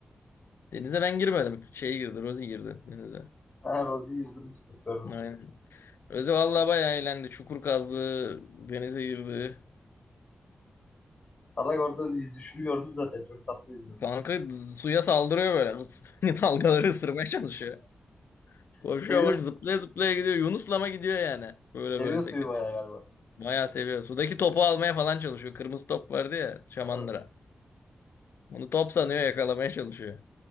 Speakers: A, on the left; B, on the left.
A: Denize ben girmedim. Şey girdi, Rozi girdi denize.
B: Ha Rozi'yi yüzdürmüşsünüz gördüm.
A: Aynen. Rozi vallahi baya eğlendi. Çukur kazdı, denize girdi.
B: Salak orada yüzüşünü gördüm zaten. Çok tatlı yüzdürdü.
A: Kanka suya saldırıyor böyle. <laughs> Dalgaları ısırmaya çalışıyor. Koşuyor
B: Seviyorsun.
A: ama zıplaya zıplaya gidiyor. Yunuslama gidiyor yani. Böyle
B: Seviyor
A: böyle
B: suyu
A: sekiz.
B: bayağı galiba.
A: Bayağı seviyor. Sudaki topu almaya falan çalışıyor. Kırmızı top vardı ya şamandıra.
B: Ha,
A: Onu top sanıyor yakalamaya çalışıyor.